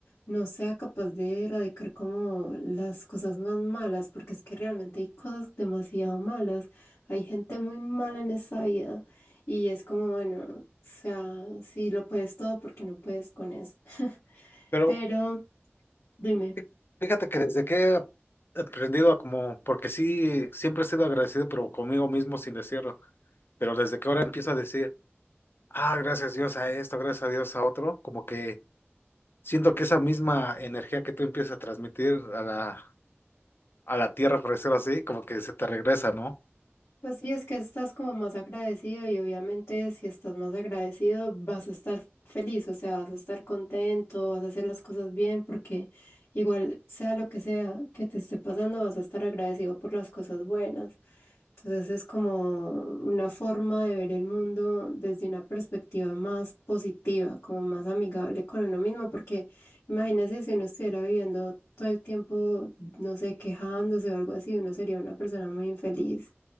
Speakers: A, on the left (about 80°); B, on the left (about 55°).
A: no sea capaz de erradicar como las cosas más malas, porque es que realmente hay cosas demasiado malas, hay gente muy mala en esta vida y es como, bueno, o sea, si lo puedes todo, porque no puedes con eso? <laughs>
B: Pero
A: Pero dime.
B: fí- fíjate que desde que he aprendido a como, porque sí, siempre he sido agradecido, pero conmigo mismo sin decirlo, pero desde que ahora empiezo a decir, ah, gracias Dios a esto, gracias a Dios a otro, como que siento que esa misma energía que tú empiezas a transmitir a la a la tierra, por decirlo así, como que se te regresa, ¿no?
A: Pues sí, es que estás como más agradecido y obviamente si estás más agradecido vas a estar feliz, o sea, vas a estar contento, vas a hacer las cosas bien, porque igual sea lo que sea que te esté pasando, vas a estar agradecido por las cosas buenas. Entonces es como una forma de ver el mundo desde una perspectiva más positiva, como más amigable con uno mismo, porque imagínese si uno estuviera viviendo todo el tiempo, no sé, quejándose o algo así, uno sería una persona muy infeliz.